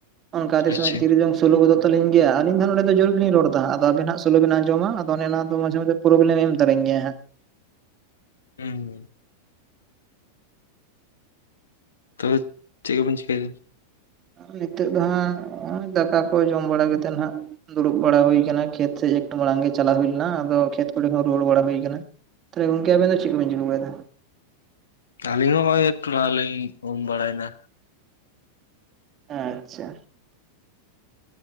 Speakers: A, on the right; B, on the left.
A: ᱚᱱᱠᱟ ᱟᱫᱷᱮᱠ
B: ᱟᱪᱪᱷᱟ
A: ᱥᱚᱢᱚᱭ ᱛᱤᱨᱮ ᱪᱚᱝ ᱥᱳᱞᱳ ᱜᱚᱫᱚᱜ ᱛᱟᱞᱤᱧ ᱜᱮᱭᱟ ᱟᱹᱞᱤᱧ ᱫᱚ ᱱᱚᱰᱮ ᱫᱚ ᱡᱳᱨ ᱜᱮ ᱞᱤᱧ ᱨᱚᱲ ᱫᱟ ᱦᱟᱸᱜ ᱟᱫᱚ ᱟᱵᱤᱱ ᱦᱟᱸᱜ ᱥᱳᱞᱳ ᱵᱮᱱ ᱟᱸᱡᱚᱢᱟ ᱟᱫᱚ ᱚᱱᱮ ᱚᱱᱟ ᱫᱚ ᱢᱟᱡᱷᱮ ᱢᱚᱫᱷᱮ ᱯᱨᱚᱵᱞᱮᱢ ᱮᱢ ᱛᱟᱞᱤᱧ ᱜᱮᱭᱟᱭ ᱦᱟᱸᱜ
B: <unintelligible> ᱛᱚ ᱪᱮᱫ ᱠᱚ ᱵᱮᱱ ᱪᱤᱠᱟᱹᱭᱫᱟ?
A: ᱱᱤᱛᱳᱜ ᱫᱚ ᱦᱟᱸᱜ ᱚᱭ ᱫᱟᱠᱟ ᱠᱚ ᱡᱚᱢ ᱵᱟᱲᱟ ᱠᱟᱛᱮᱫ ᱱᱟᱦᱟᱸᱜ ᱫᱩᱲᱩᱵ ᱵᱟᱲᱟ ᱦᱩᱭ ᱠᱟᱱᱟ ᱠᱷᱮᱛ ᱥᱮ ᱮᱠᱴᱩ ᱢᱟᱲᱟᱝ ᱜᱮ ᱪᱟᱞᱟᱣ ᱦᱩᱭ ᱞᱮᱱᱟ ᱟᱫᱚ ᱠᱷᱮᱛ ᱠᱚᱨᱮ ᱦᱚᱸ ᱨᱩᱣᱟᱹᱲ ᱵᱟᱲᱟ ᱦᱩᱭ ᱠᱟᱱᱟ ᱛᱟᱦᱚᱞᱮ ᱜᱚᱝᱠᱮ ᱟᱵᱮᱱ ᱫᱚ ᱪᱮᱫ ᱠᱚ ᱵᱮᱱ ᱪᱤᱠᱟᱹ ᱵᱟᱲᱟᱭᱫᱟ?
B: ᱟᱹᱞᱤᱧ ᱦᱚᱸ ᱦᱚᱸᱜᱼᱚᱭ ᱮᱠᱴᱩ ᱢᱟᱲᱟᱝ ᱞᱤᱧ ᱩᱢ ᱵᱟᱲᱟᱭᱱᱟ
A: ᱟᱪᱪᱷᱟ